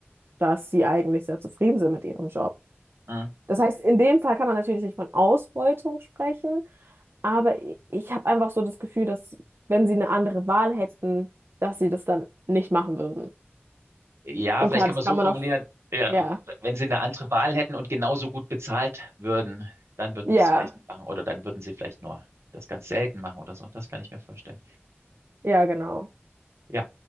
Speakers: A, on the right (about 65°); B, on the right (about 90°).
A: dass sie eigentlich sehr zufrieden sind mit ihrem Job.
B: hm.
A: Das heißt, in dem Fall kann man natürlich nicht von Ausbeutung sprechen, aber i- ich habe einfach so das Gefühl, dass wenn sie eine andere Wahl hätten, dass sie das dann nicht machen würden.
B: Ja,
A: Und
B: vielleicht
A: klar,
B: kann
A: das
B: man es
A: kann
B: so formulieren.
A: man auf,
B: Ja,
A: ja,
B: wenn sie eine andere Wahl hätten und genauso gut bezahlt würden, dann würden
A: ja,
B: sie es vielleicht nicht machen oder dann würden sie vielleicht nur das ganz selten machen oder so. Das kann ich mir vorstellen.
A: ja, genau.
B: Ja.